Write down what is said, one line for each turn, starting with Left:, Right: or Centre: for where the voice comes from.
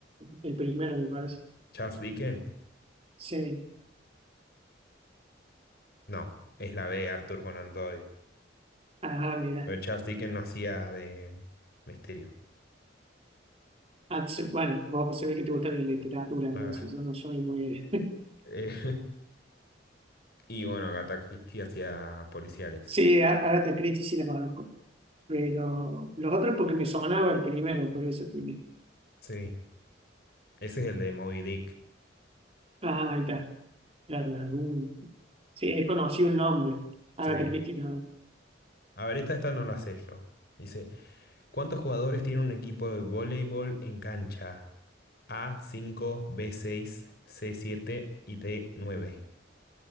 Right: el primero, me parece.
Left: ¿Charles Dickens?
Right: Sí.
Left: No, es la B, Arthur Conan Doyle.
Right: Ah, mira.
Left: Pero Charles Dickens no hacía de misterio.
Right: Ah, se- Bueno, vos pues, se ve que te gusta la literatura, entonces
Left: Ah,
Right: yo no soy muy. <laughs>
Left: eh, <laughs> y bueno, Agatha Christie hacía policiales.
Right: Sí, a- Agatha Christie sí la conozco. Pero los otros porque me sonaba el primero, por eso tiene.
Left: Sí, ese es el de Moby Dick.
Right: Ah, ahí está. Claro, de algún- Sí, he conocido el nombre. Agatha
Left: Sí.
Right: Christie, no.
Left: A ver, esta, esta no la sé yo. Dice, ¿cuántos jugadores tiene un equipo de voleibol en cancha? a cinco b seis c siete y d nueve